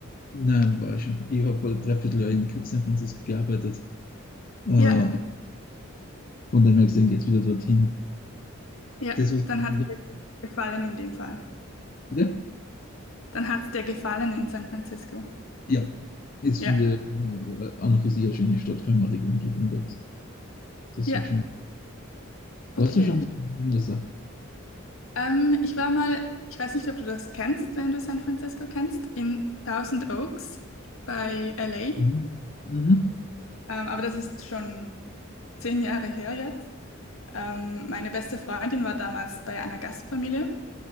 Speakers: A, on the left; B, on the left.
A: nein, war ich schon. Ich habe ein Dreivierteljahr in San Francisco gearbeitet. Äh,
B: Ja,
A: von dem her gesehen geht's wieder dorthin.
B: ja,
A: Das, was ich
B: dann
A: eigentlich
B: hat es dir gefallen in dem Fall.
A: wieder?
B: Dann hat es dir gefallen in San Francisco.
A: Ja, das
B: Ja,
A: finde ich äh, an und für sich eine schöne Stadt, vor allem auch die Umgebung dort. Das
B: ja,
A: hat schon.
B: okay.
A: Warst du schon in den USA?
B: Ähm, ich war mal, ich weiß nicht, ob du das kennst, wenn du San Francisco kennst, in Thousand Oaks bei LA.
A: Mhm. Mhm.
B: Ähm, aber das ist schon zehn Jahre her jetzt. Ähm, meine beste Freundin war damals bei einer Gastfamilie.